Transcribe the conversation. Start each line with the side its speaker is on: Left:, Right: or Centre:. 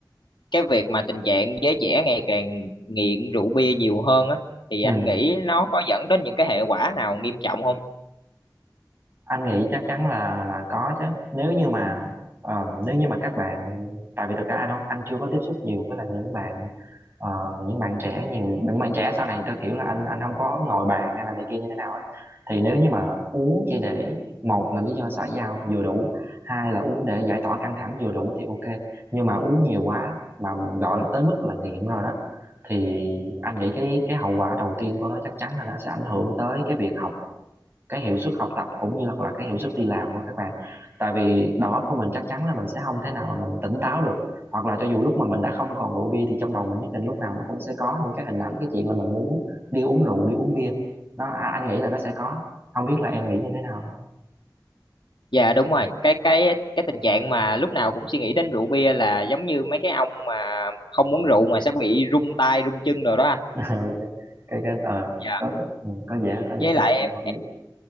Left: cái việc mà tình trạng giới trẻ ngày càng nghiện rượu bia nhiều hơn á thì
Right: ừ
Left: anh nghĩ nó có dẫn đến những cái hệ quả nào nghiêm trọng không
Right: anh nghĩ chắc chắn là là có chứ nếu như mà ờ, nếu như mà các bạn tại vì thực ra anh không anh chưa có tiếp xúc nhiều với là những bạn ờ, những bạn trẻ nhiều những bạn trẻ sau này theo kiểu là anh anh không có ngồi bàn hay là này kia như thế nào hết thì nếu như mà uống chỉ để một là lý do xã giao vừa đủ hai là uống để giải tỏa căng thẳng vừa đủ thì ok nhưng mà uống nhiều quá mà gọi là tới mức là nghiện rồi đó thì anh nghĩ cái cái hậu quả đầu tiên của nó chắc chắn là nó sẽ ảnh hưởng tới cái việc học cái hiệu suất học tập cũng như là cái hiệu suất đi làm của các bạn tại vì đầu óc của mình chắc chắn là mình sẽ không thể nào mà mình tỉnh táo được hoặc là cho dù lúc mà mình đã không còn rượu bia thì trong đầu mình nhất định lúc nào nó cũng sẽ có những cái hình ảnh cái chuyện là mình muốn đi uống rượu đi uống bia nó à, anh nghĩ là nó sẽ có không biết là em nghĩ như thế nào thôi
Left: dạ đúng rồi cái cái cái tình trạng mà lúc nào cũng suy nghĩ đến rượu bia là giống như mấy cái ông mà không uống rượu mà sẽ bị rung tay rung chân rồi đó anh
Right: <laughs> ok cái cái ờ
Left: dạ
Right: có ừ, có vẻ có vẻ
Left: với
Right: cái
Left: lại
Right: đó
Left: em
Right: cũng hợp lý